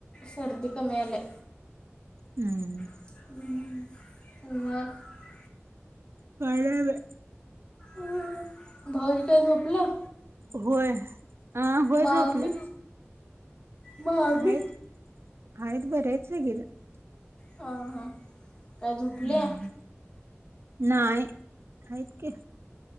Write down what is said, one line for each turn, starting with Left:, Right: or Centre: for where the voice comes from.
Left: सर्दी कमी आल्या.
Right: हम्म.
Left: उमग --
Right: काय नाय बाय.
Left: अ भाऊजी काय झोपलं?
Right: होय. हा होय
Left: मामी
Right: झोपलेत.
Left: मामी
Right: आहेत आहेत बरी हाइत सगळीजणं --
Left: हा हा. <unintelligible> झोपल्या
Right: हम्म. नाही हाइत की